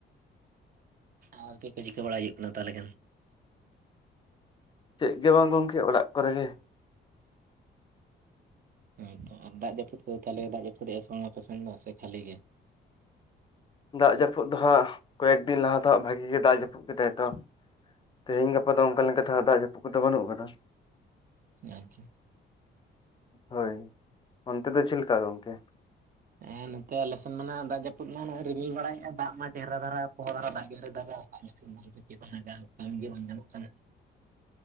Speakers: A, on the right (about 45°); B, on the left (about 25°).
A: ᱟᱨ ᱪᱮᱫ ᱠᱚ ᱪᱤᱠᱟᱹ ᱵᱟᱲᱟ ᱦᱩᱭᱩᱜ ᱠᱟᱱᱟ ᱛᱟᱦᱚᱞᱮ ᱠᱷᱟᱱ?
B: ᱪᱮᱫ ᱜᱮ ᱵᱟᱝ ᱜᱚᱢᱠᱮ ᱚᱲᱟᱜ ᱠᱚᱨᱮ ᱜᱮ,
A: ᱦᱮᱸᱻ ᱛᱚ ᱟᱨ ᱫᱟᱜ ᱡᱟᱹᱯᱩᱫ ᱠᱚᱫᱚ ᱛᱟᱦᱞᱮ ᱫᱟᱜ ᱡᱟᱹᱯᱩᱫ ᱮᱫᱼᱟ ᱥᱮ ᱵᱟᱝ ᱟᱯᱮ ᱥᱮᱱ ᱫᱚ ᱥᱮ ᱠᱷᱟᱹᱞᱤ ᱜᱮ?
B: ᱫᱟᱜ ᱡᱟᱹᱯᱩᱫ ᱫᱚ ᱦᱟᱸᱜ ᱠᱚᱭᱮᱠ ᱫᱤᱱ ᱞᱟᱦᱟ ᱫᱚ ᱦᱟᱸᱜ ᱵᱷᱟᱜᱤ ᱜᱮ ᱫᱟᱜ ᱡᱟᱹᱯᱩᱫ ᱠᱮᱫᱼᱟᱭ ᱛᱚ ᱛᱮᱦᱤᱧ ᱜᱟᱯᱟ ᱫᱚ ᱚᱱᱠᱟ ᱞᱮᱠᱟ ᱞᱮᱠᱟᱛᱮ ᱫᱟᱜ ᱡᱟᱹᱯᱩᱫ ᱠᱚᱫᱚ ᱵᱟᱹᱱᱩᱜ ᱟᱠᱟᱫᱼᱟ
A: ᱟᱼᱪᱟ
B: ᱦᱳᱭ! ᱚᱱᱛᱮ ᱫᱚ ᱪᱮᱫ ᱞᱮᱠᱟ ᱜᱚᱢᱠᱮ?
A: ᱦᱮᱸ ᱱᱚᱛᱮ ᱟᱞᱮ ᱥᱮᱱ ᱢᱟ ᱫᱟᱜ ᱡᱟᱹᱯᱩᱫ ᱢᱟ ᱨᱤᱢᱤᱞ ᱵᱟᱲᱟᱭᱮᱫᱼᱟ ᱫᱟᱜ ᱢᱟ ᱪᱮᱦᱨᱟ ᱫᱷᱟᱨᱟ ᱯᱚᱦᱚ ᱫᱷᱟᱨᱟ ᱫᱟᱜ ᱜᱮ ᱛᱚᱭ ᱫᱟᱜᱟ ᱾ <inaudible> ᱜᱮ ᱵᱟᱝ ᱧᱟᱢᱚᱜ ᱠᱟᱱᱟ